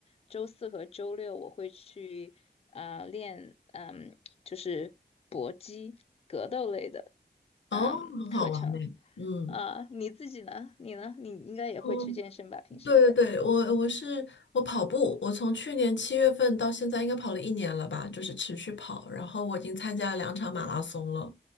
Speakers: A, on the left; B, on the left.
A: 周四和周六我会去，啊，练，嗯，就是搏击、格斗类的，
B: 哦，
A: 嗯，
B: 很好玩呢。
A: 课程。
B: 嗯
A: 啊，你自己呢？你呢？你应该也会去健身吧？
B: 嗯，
A: 平时
B: 对对对，我我是我跑步，我从去年七月份到现在应该跑了一年了吧，就是持续跑，然后我已经参加了两场马拉松了。